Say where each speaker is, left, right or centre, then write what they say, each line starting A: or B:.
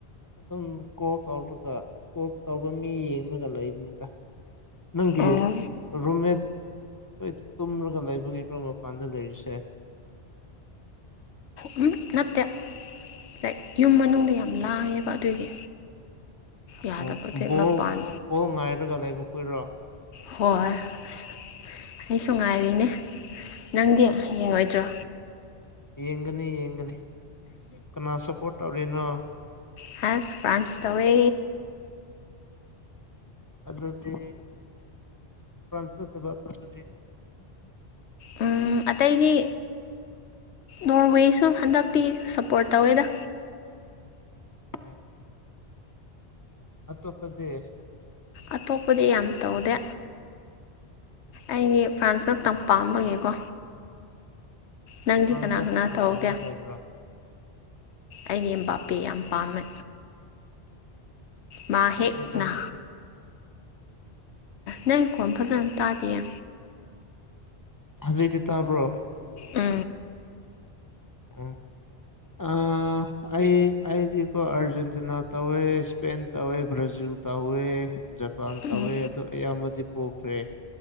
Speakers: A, on the left; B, on the left.
A: ꯑꯗꯨꯝ ꯀꯣꯜ ꯇꯧꯔꯒ ꯀꯣꯜ ꯇꯧꯕ ꯃꯤ ꯌꯦꯡꯂꯒ ꯂꯩꯕꯅꯤꯗ ꯅꯪꯒꯤ
B: ꯑꯣ
A: ꯔꯨꯝꯃꯦꯠ ꯍꯣꯏ ꯇꯨꯝꯔꯒ ꯂꯩꯕꯒꯤꯔꯣ ꯃꯄꯥꯟꯗ ꯂꯩꯔꯤꯁꯦ
B: ꯎꯝ ꯅꯠꯇꯦ <unintelligible> ꯌꯨꯝ ꯃꯅꯨꯡꯗ ꯌꯥꯝ ꯂꯥꯡꯉꯦꯕ ꯑꯗꯨꯒꯤ ꯌꯥꯗꯕ
A: ꯑꯣ
B: ꯑꯗꯨꯏ
A: ꯕꯣꯜ
B: ꯃꯄꯥꯟ
A: ꯕꯣꯜ ꯉꯥꯏꯔꯒ ꯂꯩꯕꯈꯣꯏꯔꯣ
B: ꯍꯣꯏ ꯑꯩꯁꯨ ꯉꯥꯏꯔꯤꯅꯦ ꯅꯪꯗꯤ ꯌꯦꯡꯉꯣꯏꯗ꯭ꯔꯣ
A: ꯌꯦꯡꯒꯅꯤ ꯌꯦꯡꯒꯅꯤ ꯀꯅꯥ ꯁꯞꯄꯣꯔꯠ ꯇꯧꯔꯤꯅꯣ
B: ꯐ꯭ꯔꯥꯟꯁ ꯐ꯭ꯔꯥꯟꯁ ꯇꯧꯋꯦ
A: ꯑꯗꯨꯗꯤ ꯐ꯭ꯔꯥꯟꯁ ꯅꯠꯇꯕ ꯑꯇꯣꯞꯄꯗꯤ
B: ꯎꯝ ꯑꯇꯩꯗꯤ ꯅꯣꯔꯋꯦꯁꯨ ꯍꯟꯗꯛꯇꯤ ꯁꯞꯄꯣꯔꯠ ꯇꯧꯋꯦꯗ
A: ꯎꯝ ꯑꯇꯣꯞꯄꯗꯤ
B: ꯑꯇꯣꯞꯄꯗꯤ ꯌꯥꯝ ꯇꯧꯗꯦ ꯑꯩꯗꯤ ꯐ꯭ꯔꯥꯟꯁ ꯈꯛꯇꯪ ꯄꯥꯝꯕꯒꯤꯀꯣ ꯅꯪꯗꯤ
A: ꯐ꯭ꯔꯥꯟꯁꯇ
B: ꯀꯅꯥ ꯀꯅꯥ ꯇꯧꯒꯦ
A: ꯄꯥꯝꯕ ꯂꯩꯕ꯭ꯔꯣ
B: ꯑꯩꯒꯤ ꯑꯦꯝꯕꯄꯦ ꯌꯥꯝ ꯄꯥꯝꯃꯦ ꯃꯥ
A: ꯐꯖꯩꯗ
B: ꯍꯦꯛꯅ
A: ꯃꯕꯦꯗꯤ
B: ꯅꯪꯒꯤ ꯈꯣꯟ ꯐꯖꯅ ꯇꯥꯗꯤꯌꯦ
A: ꯍꯖꯤꯛꯇꯤ ꯇꯥꯕ꯭ꯔꯣ
B: ꯎꯝ
A: ꯎꯝ ꯑ <inaudible> ꯑꯩ ꯑꯩꯗꯤꯀꯣ ꯑꯥꯔꯖꯦꯟꯇꯤꯅ ꯇꯧꯋꯦ ꯏꯁꯄꯦꯟ ꯇꯧꯋꯦ ꯕ꯭ꯔꯥꯖꯤꯜ ꯇꯧꯋꯦ ꯖꯄꯥꯟ
B: ꯎꯝ
A: ꯇꯧꯋꯦ ꯑꯗꯨ ꯑꯌꯥꯝꯕꯗꯤ ꯄꯣꯈ꯭ꯔꯦ